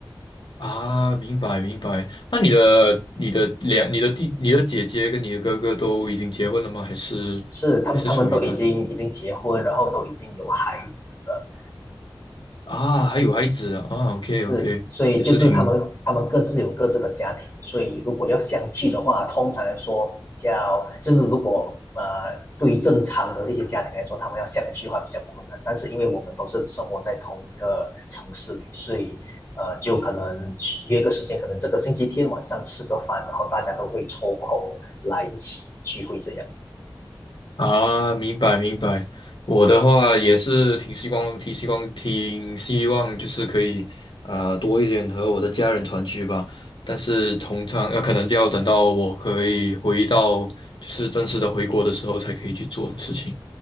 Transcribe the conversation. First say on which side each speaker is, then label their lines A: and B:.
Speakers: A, on the left; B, on the left.
A: 啊？明白明白。那你的你的两你的弟你的姐姐跟你的哥哥都已经结婚了吗？还是还是处于单
B: 是，他们他们都已经已经结婚，然后都已经有孩子了。
A: 啊？还有孩子啊？OK OK，
B: 是，所以就是他们他们各自有各自的家庭，
A: 也是挺
B: 所以如果要相聚的话，通常来说叫就是如果呃对于正常的一些家庭来说，他们要相聚的话比较困难。但是因为我们都是生活在同一个城市里，所以呃就可能约个时间，可能这个星期天晚上吃个饭，然后大家都会抽空来一起聚会这样。
A: 啊，明白明白。我的话也是挺希望，挺希望，挺希望就是可以呃多一点和我的家人团聚吧。但是通常呃可能就要等到我可以回到就是正式的回国的时候才可以去做的事情。